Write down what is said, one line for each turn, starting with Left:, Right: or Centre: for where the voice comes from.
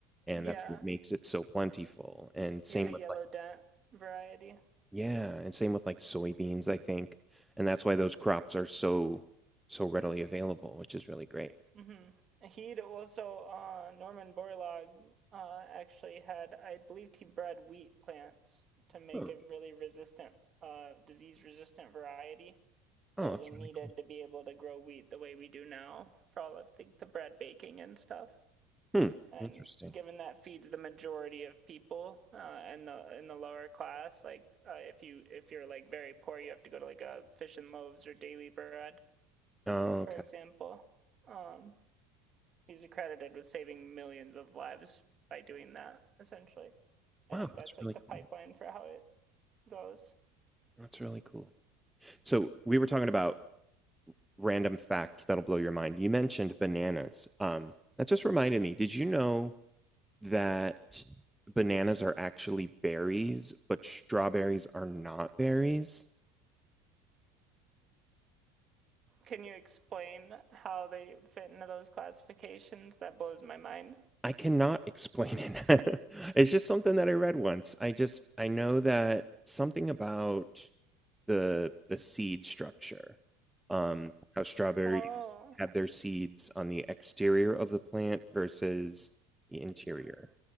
Centre: And
Right: yeah,
Centre: that's what makes it so plentiful. And same
Right: yeah. The
Centre: with
Right: yellow
Centre: like
Right: dent variety.
Centre: yeah, and same with like soybeans, I think. And that's why those crops are so so readily available, which is really great.
Right: hmm He'd also uh, Norman Borlaug uh, actually had, I believed he bred wheat plants to make
Centre: Oh,
Right: a really resistant, uh, disease-resistant variety
Centre: Oh,
Right: that
Centre: that's
Right: we
Centre: really
Right: needed
Centre: cool.
Right: to be able to grow wheat the way we do now for all of the, the bread baking and stuff.
Centre: Hmm,
Right: and
Centre: interesting.
Right: given that feeds the majority of people uh, in the in the lower class, like uh, if you if you're like very poor, you have to go to like a fish and loaves or daily bread,
Centre: Oh,
Right: for
Centre: okay.
Right: example. Um, he's accredited with saving millions of lives by doing that. Essentially,
Centre: Wow,
Right: I think that's
Centre: that's
Right: like
Centre: really
Right: the pipeline
Centre: cool.
Right: for how it goes.
Centre: That's really cool. So we were talking about random facts that'll blow your mind. You mentioned bananas. Um, that just reminded me. Did you know that bananas are actually berries, but strawberries are not berries?
Right: Can you explain how they fit into those classifications? That blows my mind.
Centre: I cannot explain it. <laughs> It's just something that I read once. I just I know that something about the the seed structure, um, how strawberries
Right: Oh,
Centre: have their seeds on the exterior of the plant versus the interior.